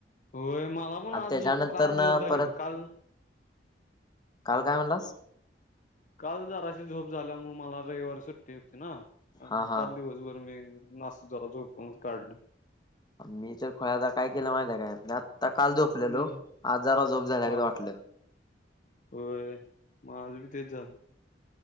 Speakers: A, on the left (about 45°); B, on the left (about 25°).
A: होय मला पण
B: आणि
A: आज
B: त्याच्यानंतर
A: काल,
B: न
A: जॉब झाली
B: परत
A: ब काल
B: काल काय म्हणलास?
A: काल दराशी झोप झाल्यामुळे, मला रविवारी सुट्टी होती ना,
B: हा
A: मग
B: हा
A: काल दिवसभर मी. <unintelligible> जरा जोपुनच काढलं.
B: मी तर खोया काय केलं माहिती आहे, काय आता काल झोपलेलो
A: हम्म
B: आजार झोप झाल्या
A: हा
B: गत वाटलं.
A: हा होय, माझं बी तेच झालं.